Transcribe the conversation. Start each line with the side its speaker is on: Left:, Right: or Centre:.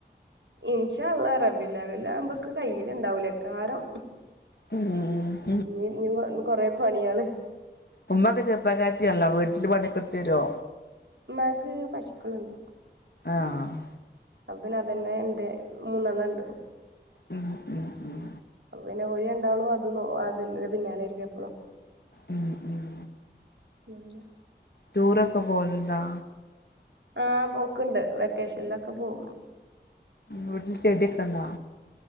Right: ഇനിഷാ അള്ള. റബില്ല വല്ലാവുമ്പക്കെ കയ്ല് ഇണ്ടാവൂലേ കാരം.
Left: ഉം
Right: ഇഞ് ഇഞ് കൊറെ പയ്യാണ്.
Left: ഉമ്മെക്കെ ചെർപ്പക്കാത്ത്യാണല്ലൊ. വീട്ടില് പണിക്കെടുത്ത് തരു
Right: ഉമ്മാക്ക് പശുക്കളുണ്ട്
Left: ആഹ്‌.
Right: അപ്പ പിന്നെ അതന്നെ ഇണ്ട് മൂന്നണ്ണം ഇണ്ട്.
Left: ഉം ഉം ഉം
Right: അപ്പ പിന്നെ ഓര് രണ്ടാളും അത് ഓ അതിന്റെ പിന്നാലെയാരിക്കും എപ്പളും
Left: ഉം. ഉം
Right: നന്നെ
Left: ടൂറ്റൊക്ക പോവല് ഇണ്ടാ.
Right: ആഹ് പോക്ക്ണ്ട്. വെക്കേഷനിലൊക്കെ പോവും
Left: വീട്ടിൽ ചെട്യാെക്കെ ഇണ്ടാ